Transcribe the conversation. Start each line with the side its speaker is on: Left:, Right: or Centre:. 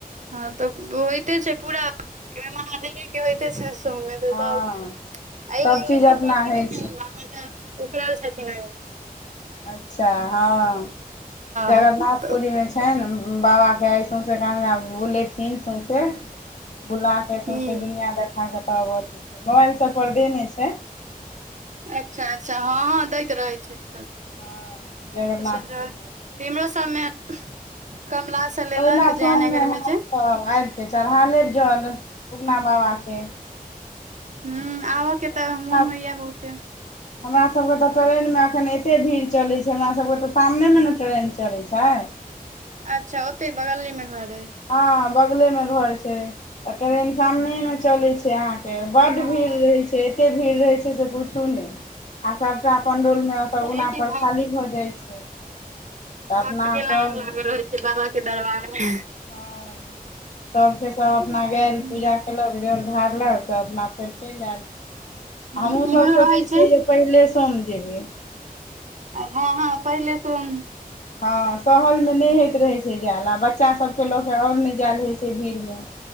Right: हँ तऽ होइते छै पूरा महादेवे के होइते छै मे तऽ सब मन्दिर
Left: हँ सभ चीज
Right: सँ
Left: अपना
Right: प्रसिद्ध
Left: होइ
Right: छै, बाबा तऽ उखड़ल छथिन ओहि मे
Left: अच्छा हँ जगन्नाथपुरीमे
Right: हँ तऽ
Left: छै छै ने बाबा के आइ सौंसे कहाँदुना बुलेथिन सौंसे बुला फैर सौसे
Right: ह
Left: दुनिया देखाकऽ पावर कि छै, मोबाइल सब पर दे नहि छै।
Right: अच्छा अच्छा, हँ हँ, दैत रहै छै ई त
Left: हँ जगरनाथपुरीमे
Right: सभ जल।
Left: छै
Right: इमरो सबमे कमला से लेलक
Left: पहिला सोममे
Right: जायनगर
Left: हैत
Right: में जे
Left: तऽ आबिके चढ़ा लेब जल उगना बाबाके
Right: ह आबऽ
Left: किया
Right: के तऽ
Left: हमरा
Right: मुन होइया बहुते
Left: हमरा सबके तऽ ट्रेनमे अखन एते भीड़ चलै छै हमर सभभके तऽ सामनेमे ने ट्रेन चलै छै
Right: अच्छा ओते बगले मे घर आई
Left: हँ बगले में घर छै त ट्रेन सामने में चले छै अहाँके बड्ड
Right: हँ
Left: भीड़ रहै छै कतय भीड़ रहै छै, से पूछू ने, आ सबटा अपन रुल में। तऽ
Right: छै
Left: उना
Right: कि
Left: पर
Right: भक्त
Left: खाली भऽ जाई छै तऽ
Right: भक्त
Left: अपना
Right: के लाइन
Left: सब।
Right: लागल रहै बाबा के दरबारमे है
Left: हँ तबके सब अपना
Right: हूँ
Left: गेल पूजा कलक जल ढारलक तऽ अपना फेर चलि आयल हमहुँ
Right: इम्हरो
Left: सब सोचै
Right: रहै
Left: छियै
Right: छै
Left: जे पहिले सोम जेबै
Right: हँ हँ पहिले सुन
Left: हँ सहल मे नई होइत रहै छै जायल आ बच्चा सबके लऽ के और नई जालि होइ छै भीड़ मे